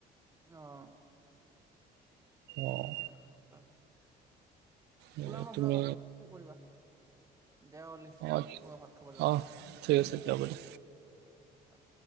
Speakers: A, on the right; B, on the right.
A: আহ
B: অঁ
A: এই আহমলাহ <unintelligible>
B: এ
A: ওলাবা-ওলাবা
B: তুমি
A: সে কৰিবা। দে হ'ল‌ এই,
B: অঁ
A: মই ভাত খাব যাওঁ।
B: অঁ ঠিক আছে দিয়া, হব দে।
A: বাই